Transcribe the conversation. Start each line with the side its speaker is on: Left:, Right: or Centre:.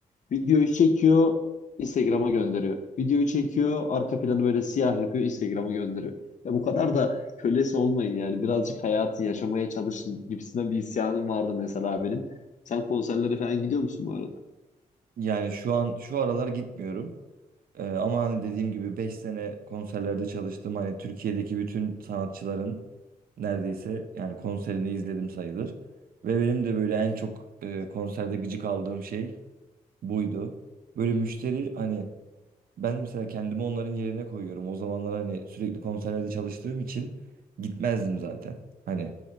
Left: Videoyu çekiyor, Instagram'a gönderiyor. Videoyu çekiyor, arka planı böyle siyah yapıyor, Instagram'a gönderiyor. Ya bu kadar da kölesi olmayın yani. Birazcık hayatı yaşamaya çalışın gibisinden bir isyanım vardı mesela benim. Sen konserlere falan gidiyor musun bu arada?
Right: Yani şu an şu aralar gitmiyorum. Ee, ama hani dediğim gibi 5 sene konserlerde çalıştım. Hani Türkiye'deki bütün sanatçıların neredeyse yani konserini izledim sayılır. Ve benim de böyle en çok e, konserde gıcık aldığım şey buydu. Böyle müşteri hani ben mesela kendimi onların yerine koyuyorum. O zamanlar hani sürekli konserlerde çalıştığım için gitmezdim zaten. Hani